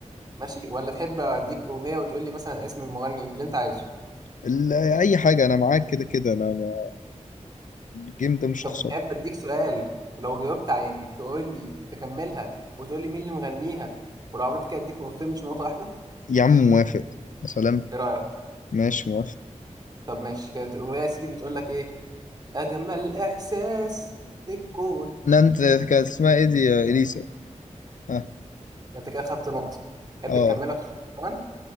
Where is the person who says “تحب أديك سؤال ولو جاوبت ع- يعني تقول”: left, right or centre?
Right